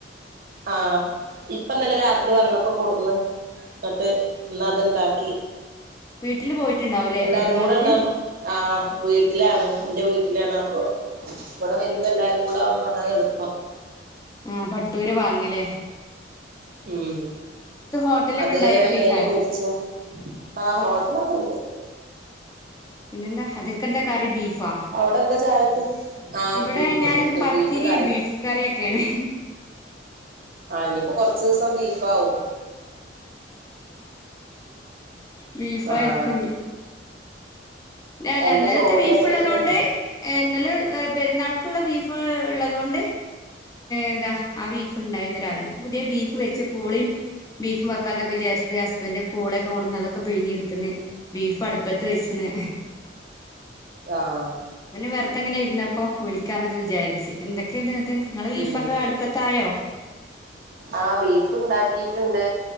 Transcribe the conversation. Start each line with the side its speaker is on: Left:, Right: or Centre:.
Right: ആഹ് ഇപ്പന്നല്ല രാത്രി വന്നപ്പോ കൂടന്ന് എന്നിട്ട് ഇന്ന് അതുണ്ടാക്കി
Left: വീട്ടില് പോയിട്ടുണ്ടാവൂലേ
Right: എല്ലാരും
Left: പെരുന്നാൾക്ക്
Right: കൂടെ ഇണ്ടാവു പോ ആഹ് വീട്ടിലാണ് എൻ്റെ വീട്ടിൽ ടിലാണ് അപ്പൊ ഇവിടെ വരുമ്പോ എല്ലാരും കൂടെ ആകുമ്പോ അതാ എളുപ്പം
Left: ആഹ് ബട്ടൂര വാങ്ങലേ
Right: ഉം
Left: ഹോട്ടലൊക്കെ
Right: അത്
Left: ഉണ്ടായിരിക്കുംക്കാരം
Right: എണ്ണേൽ പൊരിച്ചു ആഹ് ഹോട്ടലൊക്കെ ഉണ്ട്
Left: പിന്നെന്താ അതിൽ ക്കെന്താ കറി ബീഫ് ആഹ്
Right: അവിടെ എന്താ ചായക്ക് ആഹ്
Left: ഇവിടെ
Right: ബീഫ്
Left: ഞാനിന്ന് പത്തിരി
Right: ബീഫ് കറി
Left: ബീഫ് കറി ഒക്കെയാണ്
Right: ആ ഇനിപ്പോ കൊറച്ചു ദിവസം ബീഫാവും
Left: ബീഫായിരിക്കുംഞ്ഞി
Right: ആഹ്
Left: ല്ല ല്ല
Right: എന്താ
Left: ഇന്നലത്തെ
Right: ചോറിന്
Left: ബീഫ്
Right: സ്പെഷ്യല്
Left: ഉള്ളതുകൊണ്ട് ഇന്നലെ പെരുന്നാൾക്കുള്ള ബീഫ് ഉള്ളതൊണ്ട് എന്താ ആ ബീഫ് ഉണ്ടായിുന്നും പുതിയ ബീഫ് വെച്ച് പോളിയും ബീഫ് വെക്കാന്നൊക്കെ വിചാരിച്ചിട്ട് ഹസ്ബൻഡ് പൂളെൊക്കെ കൊണ്ട്ന്ന് അതൊക്കെ പിഴങ്ങി എടുത്ത്ണ് ബീഫ് അടുപ്പത്ത് വെച്ചിണ്
Right: ആഹ്
Left: പിന്നെ വെറുതെ ഇങ്ങനെ ഇരുന്നപ്പൊ വിളിക്കാന്നൊക്കെ വിചാരിച്ച് എന്തൊക്കെയ ഇണ്ട എന്നിട്ട് നിങ്ങള് ബീഫൊക്കെ
Right: ഉം
Left: അടുപ്പത്തായോ
Right: ആഹ് ബീഫ് ഉണ്ടാക്കീട്ടുണ്ട്